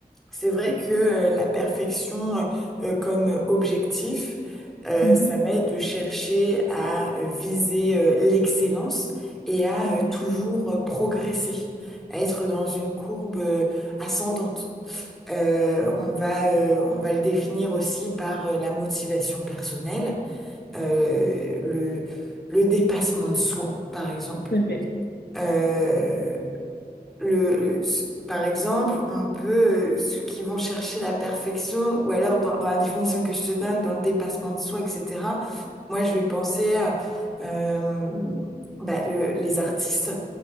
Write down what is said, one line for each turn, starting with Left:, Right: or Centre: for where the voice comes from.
Centre: c'est vrai que euh, la perfection euh, euh, comme objectif, euh,
Left: Mhm.
Centre: ça va être de chercher à euh, viser euh, l'excellence et à euh,
Left: Mhm.
Centre: toujours euh, progresser, à être dans une courbe euh, ascendante. Euh, on va, euh, on va le définir aussi par euh, la motivation personnelle, euh, le, le dépassement de soi, par exemple.
Left: Tout à fait.
Centre: Euh, le, le- s- par exemple, on peut, euh, ceux qui vont chercher la perfection, ou alors dans, dans la définition que je te donne, dans le dépassement de soi, etc., moi, je vais penser à euh, bah, le- les artistes